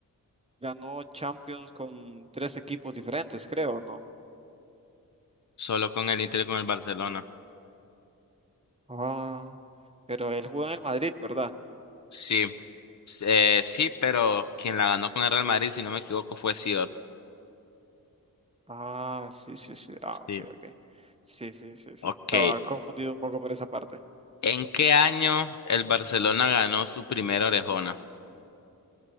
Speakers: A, on the right; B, on the left.
A: ganó Champions con tres equipos diferentes, creo, ¿no?
B: Solo con el Inter y con el Barcelona.
A: Ah, pero él jugó en el Madrid, ¿verdad?
B: Sí, eh, sí, pero quien la ganó con el Real Madrid, si no me equivoco, fue Sidor.
A: Ah, sí, sí, sí. Ah, ok,
B: Sí,
A: ok. Sí, sí, sí, sí.
B: ok.
A: Estaba confundido un poco por esa parte.
B: ¿En qué año el Barcelona ganó su primera orejona?